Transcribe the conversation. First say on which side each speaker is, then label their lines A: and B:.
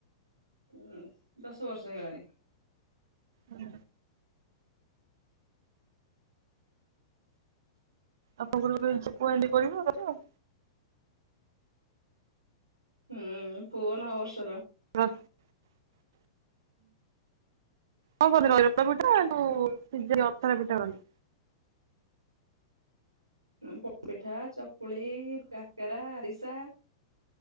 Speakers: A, on the right (about 80°); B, on the right (about 55°).
A: ହଁ ଦଶ ବର୍ଷ ହୋଇଗଲାଣି।
B: ହୁଁ। ଆପଣଙ୍କର <unintelligible> କଥା ଆଉ
A: ହୁଁ ପୁଅ ନଅବର୍ଷର।
B: <unintelligible> ହୁଁ କଣ <unintelligible> କରନ୍ତି।
A: ପୋଡ଼ ପିଠା, ଚକୁଳି, କାକରା, ଆରିସା।